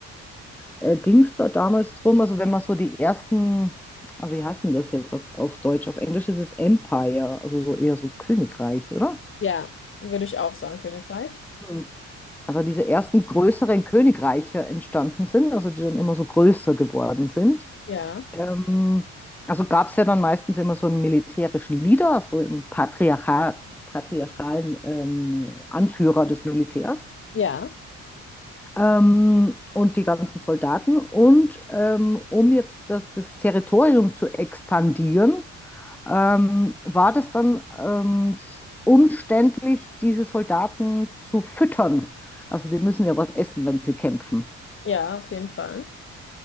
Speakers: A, in the centre; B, on the left (about 40°).
A: äh, ging es da damals drum, also wenn man so die ersten, also wie heißt denn das jetzt auf, auf Deutsch? Auf Englisch ist es Empire, also so eher so Königreich, oder?
B: Ja, würde ich auch sagen, Königreich.
A: Hm. Also diese ersten größeren Königreiche entstanden sind, also die dann immer so größer geworden sind.
B: Ja.
A: Ähm, also gab es ja dann meistens immer so einen militärischen Leader, also einen Patriarchat, patriarchalen ähm, Anführer des Militärs.
B: Ja.
A: ähm, und die ganzen Soldaten. Und ähm, um jetzt das, das Territorium zu expandieren, ähm, war das dann ähm, umständlich, diese Soldaten zu füttern. Also die müssen ja was essen, wenn sie kämpfen.
B: Ja, auf jeden Fall.